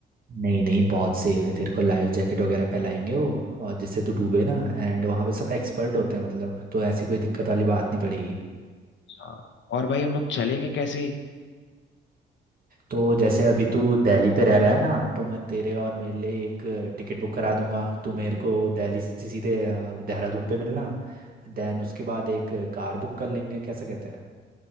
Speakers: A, on the right; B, on the left.
A: नहीं नहीं बहुत सेफ है तेरे को लाइफ जैकेट वगैरह पहनाएंगे वो और जिससे तू डूबे ना एंड वहाँ पे सब एक्सपर्ट होते हैं मतलब तो ऐसी कोई दिक्कत वाली बात नहीं पड़ेगी
B: अच्छा, और भाई हम लोग चलेंगे कैसे
A: तो जैसे अभी तू दिल्ली पे रह रहा है ना तो मैं तेरे और मेरे लिए एक टिकट बुक करा दूंगा तू मेरे को दिल्ली से सीधे अ, देहरादून पे मिलना देन उसके बाद एक कार बुक कर लेंगे कैसा कहता है